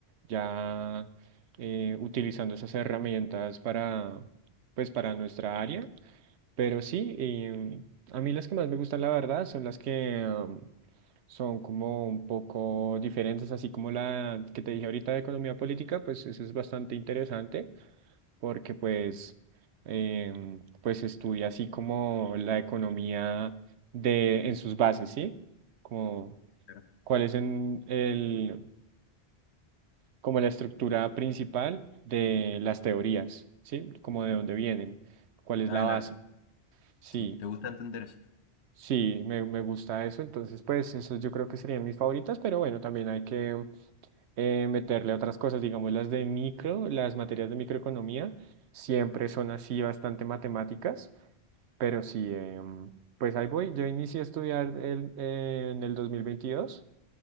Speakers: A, on the right; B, on the left.
A: ya eh, utilizando esas herramientas para, pues, para nuestra área. Pero sí, y a mí las que más me gustan, la verdad, son las que am, son como un poco diferentes, así como la que te dije ahorita de economía política, pues eso es bastante interesante
B: sí,
A: porque pues, em, pues estudia así como la economía de, en sus bases, ¿sí? Como
B: claro.
A: cuál es en el, como la estructura principal de las teorías, ¿sí? Como de dónde vienen, cuál es
B: Ah,
A: la
B: claro,
A: base, sí.
B: sí, te gusta entender eso.
A: Sí, me, me gusta eso, entonces pues esos yo creo que serían mis favoritas, pero bueno, también hay que eh, meterle otras cosas, digamos las de micro, las materias de microeconomía, siempre son así bastante matemáticas, pero sí, em, pues ahí voy, yo inicié a estudiar el- eh, en el 2022